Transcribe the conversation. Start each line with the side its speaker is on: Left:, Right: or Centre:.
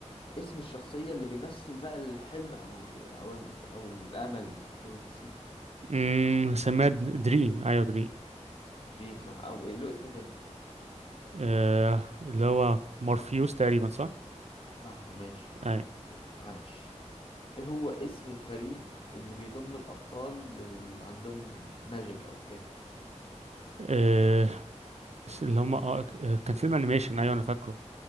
Left: اسم الشخصية اللي بيمثل بقى الحلم أو أو ال- أو الأمل في دي سي
Right: امم سميها دريم ايوه دريم
Left: دريم صح أو إيه له اسم تاني
Right: آه اللي هو مورفيوس تقريبا صح
Left: صح ماشي
Right: ايوه
Left: جا- عاش إيه هو اسم الفريق اللي بيضم الأبطال اللي عندهم ماجيك أو كده
Right: آه اللي هم آه آه، كان فيلم انيميشن ايوه انا فاكره